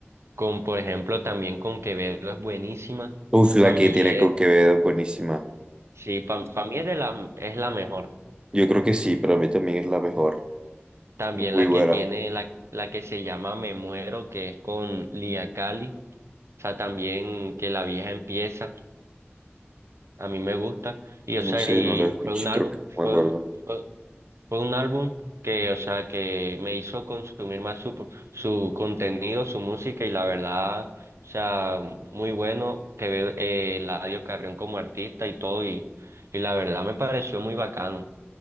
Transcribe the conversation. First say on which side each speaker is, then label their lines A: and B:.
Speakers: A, on the right; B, on the right.
A: con, por ejemplo, también con Quevedo es buenísima.
B: Uf, la
A: Para
B: que
A: mí
B: tiene
A: es,
B: con Quevedo, buenísima.
A: sí, para mí es de la, es la mejor.
B: Yo creo que sí, para mí también es la mejor.
A: También
B: Muy
A: la
B: buena.
A: que tiene, la, la que se llama Me Muero, que es con Lia Cali. O sea, también que la vieja empieza, a mí me gusta. Y o sea,
B: No sé,
A: y
B: no la escuché,
A: fue un álbum,
B: creo que
A: fue,
B: no me acuerdo.
A: fue, fue un álbum que, o sea, que me hizo consumir más su, su contenido, su música, y la verdad, o sea, muy bueno que ve eh, Eladio Carrión como artista y todo, y, y la verdad me pareció muy bacano,